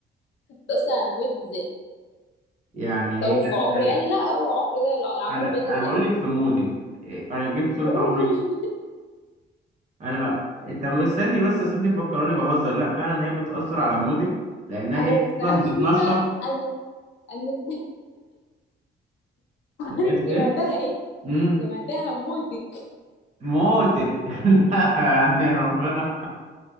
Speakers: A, on the left (about 75°); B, on the right (about 40°).
A: ده اصلا انا هموت ازاي
B: يعني هي
A: طول في عمري
B: هي
A: يعني لا هو عمري ده الاعمار
B: انا
A: بيد
B: انا
A: الله
B: بقول لك في مودك إيه، انا جبت صورة
A: موت
B: عمرك انا انت مستني بس اصل انت مفكراني بهزر لا فعلا هي بتأثر على مودك لانها
A: <laughs> انا
B: هي
A: سمعتها
B: اصلا بتنشط
A: انا انا سمعت <laughs>
B: سمعت
A: عارف سمعتها
B: ايه
A: ايه
B: امم
A: سمعتها موتك
B: موتك <laughs> لا يعني ربنا